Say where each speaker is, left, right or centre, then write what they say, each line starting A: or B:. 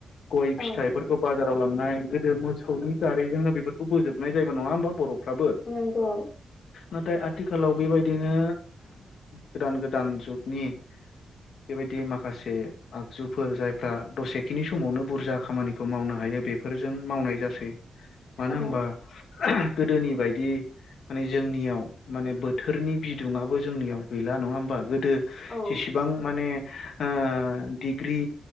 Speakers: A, on the left; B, on the left.
A: गय फिथाइफोरखौ
B: औ
A: बाजार व लांनाय गोदो मोसौनि गारिजोंनो बेफोरखौ बोजोबनाय जायोमोन नंङा होमबा बर' हाबो
B: नंगौ
A: नाथाय आथिखालाव बेबायदिनो गोदान गोदान जुगनि बेबायदि माखासे आगजुफोर जायफ्रा दसेखिनि समावनो बुरजा खामानिखौ मावनो हा हायो बेफोरजों मावनाय जासै मानो
B: औ
A: होनबा गोदोनि बायदि माने जोंनियाव माने बोथोरनि बिदुुंआबो जोंनियाव गैला नंङा होमबा गोदो
B: औ
A: जेसेबां माने ओ डिग्रि